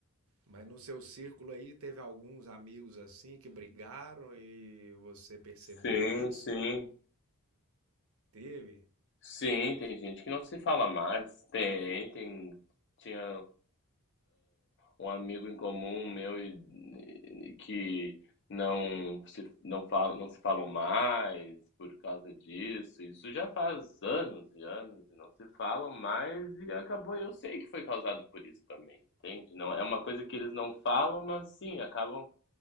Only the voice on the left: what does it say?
Sim,
sim.
Sim, tem gente que não se fala mais. Tem, tem. Tinha um amigo em comum meu e, e que não se, não fala, não se falam mais por causa disso. Isso já faz anos e anos e não se falam mais e acabou. Eu sei que foi causado por isso também, entende? Não é uma coisa que eles não falam, mas sim, acabam